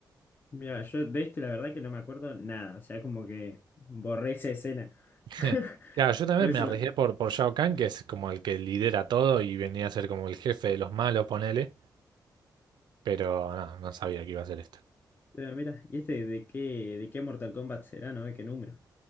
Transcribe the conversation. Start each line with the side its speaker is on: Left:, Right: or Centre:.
Left: Mira, yo de este la verdad que no me acuerdo nada. O sea, como que borré esa escena.
Right: <laughs>
Left: <laughs>
Right: Claro, yo también
Left: Por eso
Right: me arriesgué
Left: no.
Right: por, por Shao Kahn, que es como el que lidera todo y venía a ser como el jefe de los malos, ponele, pero no, no sabía que iba a ser esto.
Left: Pero mira, ¿y este de qué, de qué Mortal Kombat será, no? ¿De qué número?